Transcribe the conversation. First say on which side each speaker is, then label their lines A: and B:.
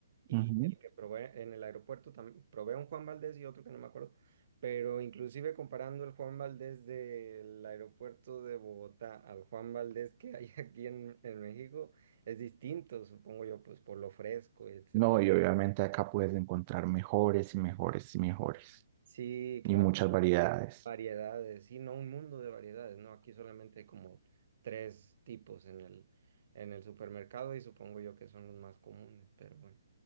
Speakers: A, on the right (about 50°); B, on the right (about 30°).
A: y
B: Ujú.
A: el que probé en el aeropuerto también, probé un Juan Valdez y otro que no me acuerdo, pero inclusive comparando el Juan Valdez del aeropuerto de Bogotá al Juan Valdez que hay <laughs> aquí en, en México, es distinto, supongo yo, pues por lo fresco y etcétera.
B: No, y obviamente acá puedes encontrar mejores y mejores y mejores,
A: Sí, claro,
B: y muchas variedades.
A: variedades, sí, no un mundo de variedades, ¿no? Aquí solamente hay como tres tipos en el, en el supermercado y supongo yo que son los más comunes, pero bueno.